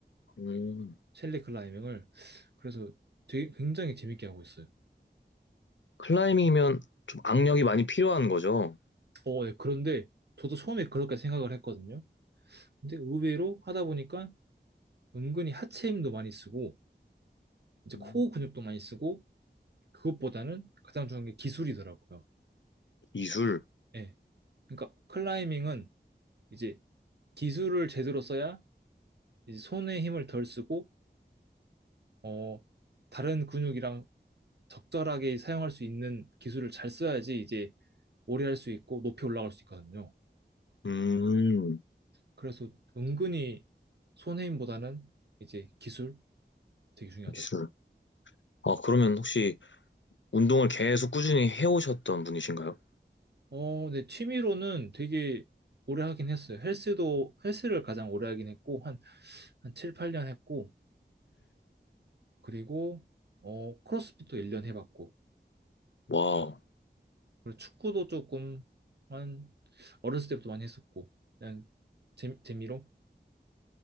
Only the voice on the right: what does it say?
셸리 클라이밍을. 그래서 되게 굉장히 재밌게 하고 있어요.
어, 네. 그런데 저도 처음에 그렇게 생각을 했거든요. 근데 의외로 하다 보니까 은근히 하체 힘도 많이 쓰고, 이제
코어 근육도 많이 쓰고, 그것보다는 가장 중요한 게 기술이더라고요.
예. 그러니까 클라이밍은 이제 기술을 제대로 써야 이제 손의 힘을 덜 쓰고, 어, 다른 근육이랑 적절하게 사용할 수 있는 기술을 잘 써야지 이제 오래 할 수 있고 높이 올라갈 수 있거든요.
그래서 은근히 손의 힘보다는 이제 기술 되게 중요하더라고요.
어, 네, 취미로는 되게 오래 하긴 했어요. 헬스도, 헬스를 가장 오래 하긴 했고, 한, 한 7, 8년 했고, 그리고, 어, 크로스핏도 1년 해봤고,
그리고 축구도 조금, 한, 어렸을 때부터 많이 했었고, 그냥, 재, 재미로?